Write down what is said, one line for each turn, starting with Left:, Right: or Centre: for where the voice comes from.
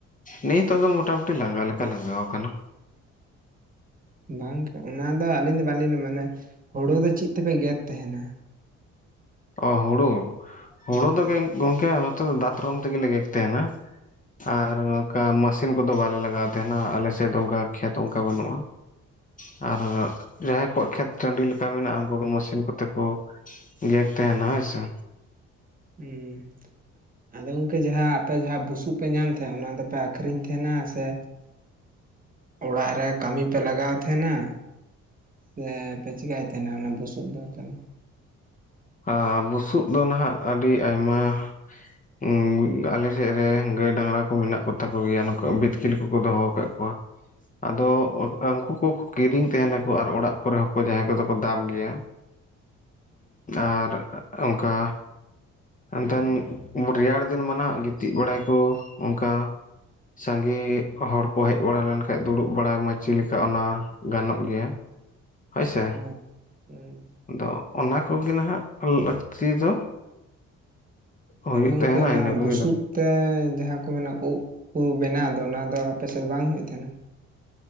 Left: ᱱᱤᱛᱚᱜ ᱫᱚ ᱢᱚᱴᱟᱢᱩᱴᱤ ᱞᱟᱸᱜᱟ ᱞᱮᱠᱟ ᱞᱟᱸᱜᱟᱣ ᱟᱠᱟᱱᱟ᱾
Right: ᱵᱟᱝ ᱜᱮ ᱚᱱᱟ ᱫᱚ ᱟᱹᱞᱤᱧ ᱫᱚ ᱵᱟᱹᱞᱤᱧ ᱢᱟᱱᱮ ᱦᱩᱲᱩ ᱫᱚ ᱪᱮᱫ ᱛᱮᱯᱮ ᱜᱮᱫ ᱛᱟᱦᱮᱸᱱᱟ?
Left: ᱚ ᱦᱩᱲᱩ ᱦᱩᱲᱩ
Right: ᱦᱩᱸ
Left: ᱫᱚ ᱜᱮᱝ ᱜᱚᱝᱠᱮ ᱱᱚᱛᱮ ᱫᱚ ᱫᱟᱛᱨᱚᱢ ᱛᱮᱜᱮ ᱞᱮ ᱜᱮᱫ ᱛᱟᱦᱮᱸᱱᱟ᱾ ᱟᱨ ᱱᱚᱝᱠᱟ ᱢᱟᱹᱥᱤᱱ ᱠᱚᱫᱚ ᱵᱟᱞᱮ ᱞᱟᱜᱟᱣ ᱛᱟᱦᱮᱸᱱᱟ ᱟᱞᱮ ᱥᱮᱫ ᱚᱱᱠᱟ ᱠᱷᱮᱛ ᱚᱱᱠᱟ ᱵᱟᱹᱱᱩᱜᱼᱟ᱾ ᱦᱮᱸ <unintelligible> ᱟᱨ ᱡᱟᱦᱟᱸᱭ ᱠᱚᱣᱟᱜ ᱠᱷᱮᱛ ᱴᱟᱺᱰᱤ ᱞᱮᱠᱟ ᱢᱮᱱᱟᱜᱼᱟ ᱩᱱᱠᱩ ᱫᱚ ᱢᱟᱹᱥᱤᱱ ᱠᱚᱛᱮ ᱠᱚ ᱜᱮᱫᱼᱼ ᱛᱟᱦᱮᱸᱱᱟ ᱦᱳᱭ ᱥᱮ᱾
Right: ᱦᱩᱸ ᱾ ᱟᱫᱚ ᱜᱚᱝᱠᱮ ᱡᱟᱦᱟᱸ ᱟᱯᱮ ᱡᱟᱦᱟᱸ ᱵᱩᱥᱩᱵ ᱯᱮ ᱧᱟᱢ ᱛᱟᱦᱮᱸᱫ ᱚᱱᱟ ᱫᱚᱯᱮ ᱟᱹᱠᱷᱨᱤᱧ ᱛᱟᱦᱮᱸᱱᱟ ᱥᱮᱼᱼ ᱚᱲᱟᱜ ᱨᱮ ᱠᱟᱹᱢᱤ ᱯᱮ ᱞᱟᱜᱟᱣ ᱛᱟᱦᱮᱸᱱᱟ᱾ ᱛᱟᱦᱚᱞᱮ ᱯᱮ ᱪᱤᱠᱟᱹᱭ ᱛᱟᱦᱮᱸᱱᱟ ᱚᱱᱟ ᱵᱩᱥᱩᱵ ᱫᱚ ᱛᱟᱦᱚᱞᱮ?
Left: ᱟ ᱵᱩᱥᱩᱵ ᱫᱚ ᱱᱟᱦᱟᱜ ᱟᱹᱰᱤ ᱟᱭᱢᱟᱼᱼ ᱩᱸ ᱟᱞᱮ ᱥᱮᱫ ᱨᱮ ᱜᱟᱹᱭ ᱰᱟᱝᱨᱟ ᱠᱚ ᱢᱮᱱᱟᱜ ᱠᱚᱛᱟ ᱠᱚ ᱜᱮᱭᱟ ᱱᱚᱝᱠᱟ ᱵᱤᱛᱠᱤᱞ ᱠᱚᱠᱚ ᱫᱚᱦᱚ ᱟᱠᱟᱫ ᱠᱚᱣᱟ᱾ ᱟᱫᱚ ᱚᱱᱠᱟᱱ ᱠᱩᱼᱼ ᱩᱱᱠᱩ ᱠᱤᱨᱤᱧ ᱛᱟᱦᱮᱸᱱᱟᱠᱚ ᱟᱨ ᱚᱲᱟᱜ ᱠᱚᱨᱮ ᱦᱚᱸᱠᱚ ᱡᱟᱦᱟᱸᱭ ᱠᱚᱫᱚ ᱠᱚ ᱫᱟᱵ ᱜᱮᱭᱟ᱾ ᱟᱨ ᱚᱱᱠᱟᱼᱼ ᱮᱱᱛᱮᱱ ᱨᱮᱭᱟᱲ ᱫᱤᱱ ᱢᱟ ᱱᱟᱦᱟᱜ ᱜᱤᱛᱤᱡ ᱵᱟᱲᱟᱭᱠᱚ ᱚᱱᱠᱟ᱾ ᱥᱟᱸᱜᱮ ᱦᱚᱲ ᱠᱚ ᱦᱮᱡ ᱵᱟᱲᱟ ᱞᱮᱱ ᱠᱷᱟᱡ ᱫᱩᱲᱩᱵ ᱵᱟᱲᱟᱭ ᱢᱟᱹᱪᱤ ᱞᱮᱠᱟ ᱚᱱᱟ ᱜᱟᱱᱚᱜ ᱜᱮᱭᱟ᱾ <unintelligible> ᱦᱳᱭᱥᱮ,
Right: ᱚ ᱦᱩᱸ
Left: ᱟᱫᱚ ᱚᱱᱟ ᱠᱚᱜᱮ ᱱᱟᱦᱟᱜ ᱞᱟᱹᱠᱛᱤ ᱫᱚ᱾ ᱦᱩᱭᱩᱜ
Right: ᱟᱫᱚ ᱜᱚᱝᱠᱮ
Left: ᱛᱟᱦᱮᱱᱟ
Right: ᱚᱱᱟ
Left: ᱤᱱᱟᱹ ᱠᱚᱜᱮ
Right: ᱵᱩᱥᱩᱵ᱾ ᱛᱮ ᱡᱟᱦᱟᱸ ᱠᱚ ᱢᱮᱱᱟ ᱩᱵ ᱠᱚ ᱵᱮᱱᱟᱣ ᱫᱚ ᱚᱱᱟ ᱫᱚ ᱟᱯᱮ ᱥᱮᱫ ᱫᱚ ᱵᱟᱝ ᱦᱩᱭᱩᱜ ᱛᱟᱦᱮᱸᱱᱟ?